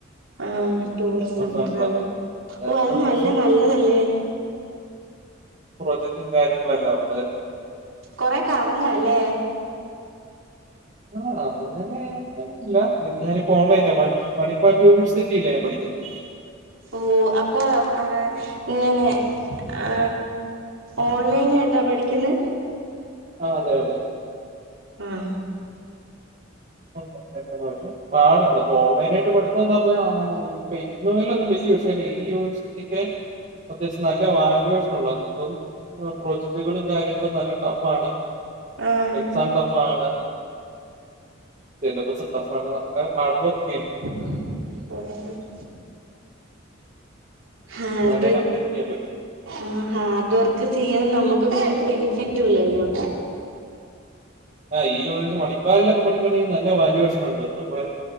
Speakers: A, on the right; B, on the right.
A: ആഹ്
B: ഉം.
A: Tour
B: tours
A: some
B: and
A: travel
B: ഇതിനകത്ത്
A: ഓഹ് അത്
B: അത്യാവശ്യം
A: നല്ല നല്ലതല്ലേ?
B: പ്രോജക്ടും കാര്യങ്ങളുംല്ലാം ഒണ്ട്.
A: കൊറെ കറങ്ങല്ലേ?
B: ആഹ് അങ്ങനെ ഇല്ല ഞാനിപ്പോ ഒൺലൈന മണി ഫ്.. മണിപ്പാൽ യൂണിവേഴ്സിറ്റില്ലേ പഠിക്കുന്നേ?
A: ഓഹ് അപ്പൊ ആ ഇങ്ങനെ ആ.. ഓൺലൈൻ ആയിട്ടാ പഠിക്കുന്നേ?
B: ആഹ് അതെ അതെ.
A: ആഹ്.
B: <unintelligible> പക്ഷെ പാട ഇ ഓൺലൈനായിട്ട് പഠടുത്തന്ന് പറഞ്ഞാ ഗ് നോയിൽവല്ല്യാ.. ല്ലേ ഈ യൂണിവേഴ്‌സിറ്റിക്ക് അത്യാവശ്യം നല്ല വാല്യൂഷൻ ഉള്ളത ഇപ്പം ഉം പ്രോജക്ടുകളും കാര്യങ്ങളും നല്ല ടഫാണ്
A: ആഹ്
B: എക്സാം ടഫാണ്. സിലബസും ടഫ് ആണ് നല്ല ഹാർഡ് വർക്ക് ചെയ്യണം-
A: ഉം.. ഹാർട്വൊയി
B: എന്നാലേ കംപ്ലീറ്റ് ചെയ്യാൻ പറ്റൂ.
A: ആഹ് ഹാർഡ് വർക്ക് ചെയ്യണ നമ്മക്ക് പിന്നൊരു ബെനിഫിറ്റുല്ലല്ലോ?
B: ആഹ് ഈ യൂണിവേഴ്സ് മണപ്പാലിലൊക്കെ പഠിക്കുവാണെങ്കി നല്ല വാല്യുവേഷൻ ഉണ്ട് നമ്മളെ